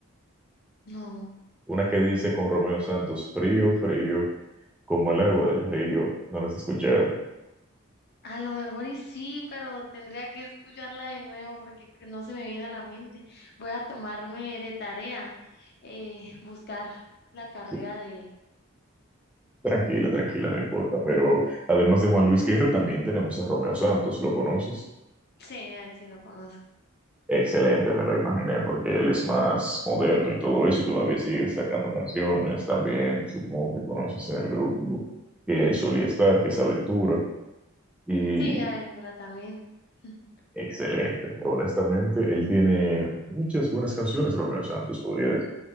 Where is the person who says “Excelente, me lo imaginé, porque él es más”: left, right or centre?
Centre